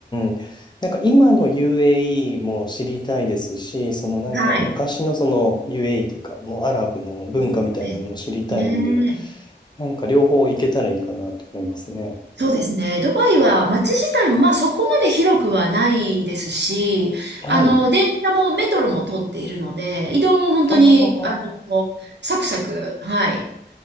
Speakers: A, on the left (about 25°); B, on the right (about 70°).
A: ん。なんか今の UAE も知りたいですし、そのなんか昔のその
B: はい。
A: UAE というか、もうアラブの文化みたいなのも知りたいんで、
B: そうですね。
A: なんか両方行けたらいいかなと思いますね。
B: そうですね。ドバイは街自体もまあそこまで広くはないですし、
A: はい。
B: あの、電車もメトロも通っているので、移動も本当に、
A: ああ、
B: あの、サクサク、はい、